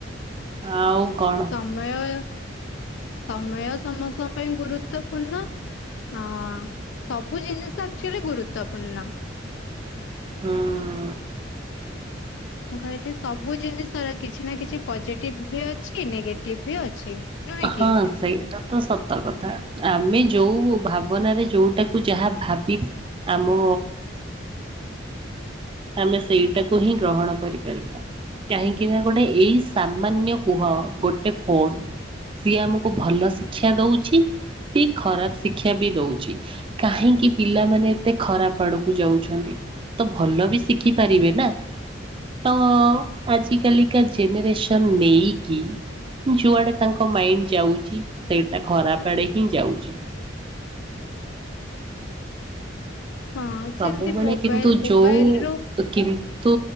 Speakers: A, on the right; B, on the left.
A: ଆଉ କଣ।
B: ସମୟ ସମୟ ସମସ୍ତଙ୍କ ପାଇଁ ଗୁରୁତ୍ୱପୂର୍ଣ୍ଣ? ହଁ ସବୁ ଜିନିଷ ଆଚୁଆଲି ଗୁରୁତ୍ୱପୂର୍ଣ୍ଣ।
A: ହୁଁ।
B: ମୁଁ କହିଲି ସବୁ ଜିନିଷର କିଛି ନା କିଛି ପଜିଟିଭ୍ ବି ଅଛି ନେଗେଟିଭ୍ ବି ଅଛି। ନୁହେଁ
A: ହଁ।
B: କି
A: ସେଇଟା ତ ସତ କଥା ଆମେ ଯୋଉ ଭାବନାରେ ଯୋଉଟାକୁ ଯାହା ଭାବି ଆମ ଆମେ ସେଇଟାକୁ ହିଁ ଗ୍ରହଣ କରିପାରିବା।। କାହିଁକିନା ଗୋଟେ ଏଇ ସାମାନ୍ୟ କୁହ ଗୋଟେ ଫୋନ ସିଏ ଆମକୁ ଭଲ ଶିକ୍ଷା ଦଉଛି କି ଖରାପ ଶିକ୍ଷା ବି ଦଉଛି। କାହିଁକି ପିଲାମାନେ ଏତେ ଖରାପ ଆଡକୁ ଯାଉଛନ୍ତି ତ ଭଲ ବି ଶିଖି ପାରିବେ ନା। ତ ଆଜିକାଲିକା ଜେନେରେସନ୍ ନେଇକି? ଯୁଆଡେ ତାଙ୍କ ମାଇଣ୍ଡ ଯାଉଛି ସେଇଟା ଖରାପ ଆଡେ ହିଁ ଯାଉଛି।
B: ହଁ
A: ସବୁବେଳେ
B: ସେମିତି ମୋବାଇଲ
A: କିନ୍ତୁ
B: ମୋବାଇଲରୁ
A: ଯୋଉ କି ତୁ